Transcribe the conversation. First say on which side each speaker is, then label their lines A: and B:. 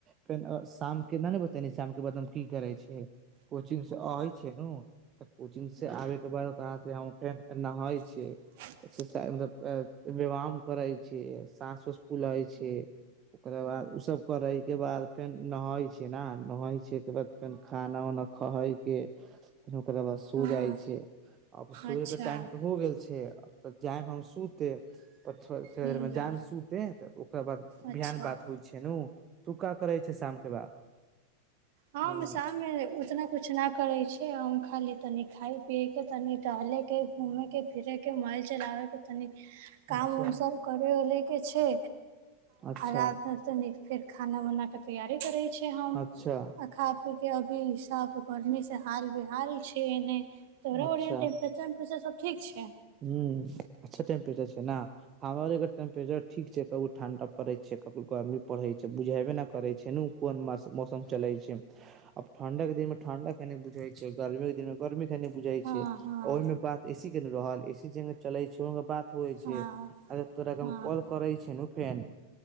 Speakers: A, on the right (about 30°); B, on the right (about 50°).
A: फेर शाम के ने बतेाम के ब की करै छै कोचिंग से अै छै न तऽ कोचिंग से आबे के बाद ओकाँ से हम फेर नहै
B: छै
A: छ एक्सरसाज मलब व्यायाम करै छ साँस उस फूलै छै ओकरा बाद ओसभ करै के बाद फेर नहै छै ने नहइ छै। ओहिके बाद फेर खाना उना खइ के फेर ओकरा बाद सो
B: हँ
A: जाइ छै आब सोयएके
B: अच्छा
A: टाइम तऽ
B: हूँ
A: हो गेल छै तऽ जायमे हम सूते तऽ थोड़े देरमे
B: हूँ
A: जायमे सूते तऽ ओकरा बाद
B: अच्छा
A: बिहान बात होइ छै ने ुक्का करै छै शामके बाद
B: हम
A: ह
B: शाममे उतना किुछु नहि करै छी। अ खाली। तनि। खाय पियए के तनि टहले के घूमे के फिरे के मल चलाबे के तनी काम
A: अच्छा
B: उम सब करे उले के छै
A: अच्छा
B: रात मे तनि फेर खाना <unintelligible> तैयारी करै छियै हम।
A: अच्छा
B: आ खा पी के अभी साफ गर्मेी से हाल बिहाल छै एने तोरा
A: अच्छा
B: टेम्पचर। ठीक छै।
A: ह अच्छा टेम्परेचर छै ने हमरके टेम्परेचर ठीक छै कभो ठण्डा पड़ैत छै कभी गर्मी पड़ैत छै बुझेबे नहि करैत छै ने कोन मौसम चलैत छै। आब ठंडा के दिन मे ठंडा खा बुझई छै गर्मी के दिन में गर्मी खाय नहि बुझाय
B: हँ
A: छै
B: हँ
A: ओहि मे बात एसी के नहि रहल। एसी जग चले छै बात होइ
B: हँ
A: छै तोरा
B: हँ
A: के कॉल करे छै फेन